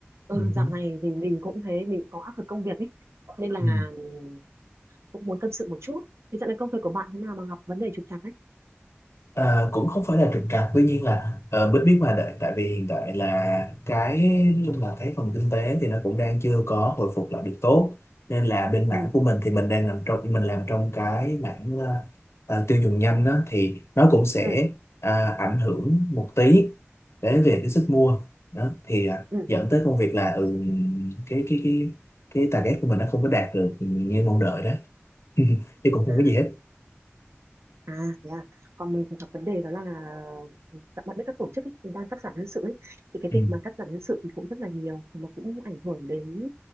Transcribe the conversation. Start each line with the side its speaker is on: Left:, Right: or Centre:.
Right: Ừ,
Left: Ừ hứ.
Right: dạo này thì mình cũng thế, mình cũng có áp lực công việc ấy. Nên là
Left: Ừ.
Right: ừm, cũng muốn tâm sự một chút. Thì dạo này công việc của bạn thế nào mà gặp vấn đề trục trặc ấy?
Left: À, cũng không phải là trục trặc tuy nhiên là ờ, Bích biết mà đợi, tại vì hiện tại là cái nói chung là cái phần kinh tế thì nó cũng đang chưa có hồi phục lại được tốt nên là bên mảng
Right: Ừ,
Left: của mình thì mình đang làm trong mình làm trong cái mảng ờ, ờ, tiêu dùng nhanh đó, thì nó cũng sẽ
Right: ừ,
Left: à, ảnh hưởng một tí đến về cái sức mua đó thì à,
Right: ừ.
Left: dẫn tới công việc là ừ, cái cái cái cái target của mình nó không có đạt được như mong đợi đó <laughs> chứ cũng không
Right: À,
Left: có gì hết
Right: à thế à. Còn mình thì gặp vấn đề đó là các bạn biết các tổ chức ấy, thì đang cắt giảm nhân sự ấy. Thì cái
Left: ừ.
Right: việc mà cắt giảm nhân sự thì cũng rất là nhiều, thì nó cũng ảnh hưởng đến